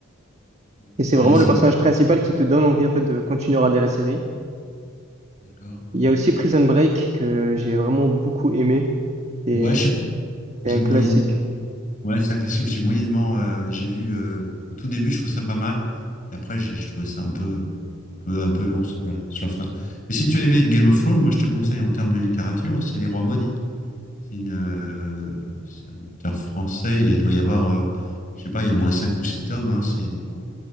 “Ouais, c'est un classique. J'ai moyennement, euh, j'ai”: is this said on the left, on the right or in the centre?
Left